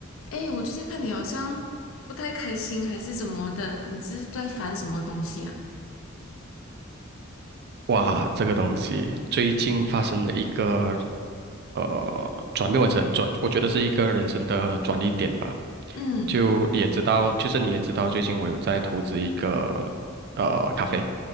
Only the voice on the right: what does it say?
哇，这个东西最近发生了一个呃转变，我觉转，我觉得是一个人生的转捩点吧。
就你也知道，就是你也知道，最近我有在投资一个呃咖啡，